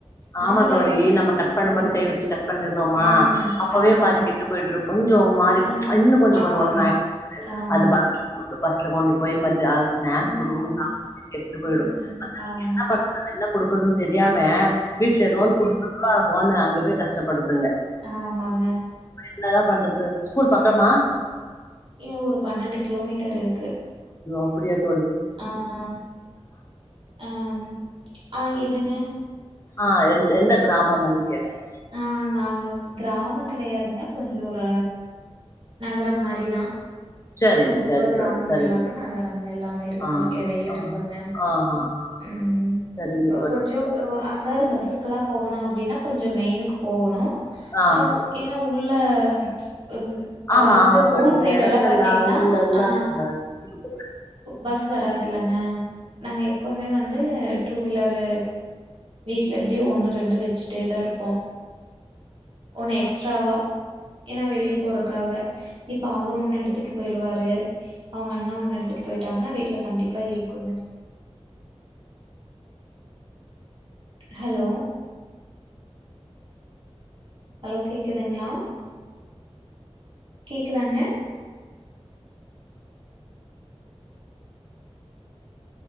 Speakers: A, on the right; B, on the left.
A: மாம்பழம்
B: ஆமா தோலி
A: எப்பவுமே
B: நம்ம கட் பண்ணும்போது
A: ம்,
B: கை வச்சு கட் பண்ணிடுறோமா
A: ம்.
B: அப்பவே
A: ஆமாங்க.
B: பாதிக்கெட்டு போயிட்டுயிக் கொஞ்சம் மாறிக்கும்
A: ஆ.
B: இன்னும் கொஞ்சம்
A: ஆமாங்க,
B: கொலகொலன்னு ஆய்
A: ஆமாங்க.
B: அது பஸ்ல போட்டு ப ஸ்ல கொண்டு போய் மதியா ஸ்னாக்ஸ்
A: ம்,
B: கொடுக்கும் சாப்பாடு கெட்டு போயிடும்
A: ம்.
B: பசங்களுக்கு
A: ஆமா.
B: என்ன பண்ணது என்ன ஒன்னும் தெரியாம வீட்டு்ல
A: ம்.
B: லோன் குடுப்பா போண்ணு அங்க போய் கஷ்டப்படுதுங்க
A: ஆமாங்க
B: என்னதான் பண்றது ஸ்கூல் பக்கமா
A: உம் உம் இல்ல ஒரு பன்னெண்டு கிலோமீட்டர் இருக்கு
B: அப்படியாது
A: ஆஹ் அஹ் ஆஹ் என்னங்க
B: ஆஹ் எ எந்த கிராமமன்னு கேட்டன்
A: ஆஹ் நாங்க கிராம கிடையாதுங்க கொஞ்சம் ஒரு நகரம் மாரிதான்
B: சரிங்க
A: ரொம்ப
B: சரி
A: கிராமம்
B: தோழி சரி
A: இல்லாம
B: தோழி
A: நகரம் இல்லாம இருக்கோம்
B: ஆ
A: இடையில
B: ஆ
A: இருக்கங்க
B: ஆ ஆ ஆ
A: உஹம்
B: சரிங்க
A: இப்ப
B: தோழி
A: கொஞ்சம் அதாவது பஸ்சு ல்ல போகணும் அப்படினா கொஞ்சம் கொஞ்சம் மெயினுக்கு போகணும்
B: ஆ
A: ஆஹ் ஏனா உள்ள அஹ், அதாவது
B: ஆமா ஆமா தொழிசல்ல
A: ஊர் சைடெல்லாம்
B: இடத்துல
A: பாத்தீங்கன்னா,
B: உள்ளலாம்
A: ஆ பஸ் வராது இல்லங்க நாங்க எப்பவுமே வந்து டூ வீலரு வீட்டுல எப்படியோ ஒண்ணு ரெண்டு வச்சுட்டே தான் இருப்போம் ஒண்ணு எக்ஸ்ட்ராவா ஏன்னா வெளியே போறக்காக இப்ப அவர் ஒன்னு எடுத்துட்டு போயிருவாரு அவங்க அண்ணா ஒண்ணு எடுத்து எடுத்துட்டு போயிட்டாங்கன்னா வீட்டுல கண்டிப்பா இருக்குங்க தோழி ஹலோ ஹலோ கேக்குதுங்களா கேக்குதாங்க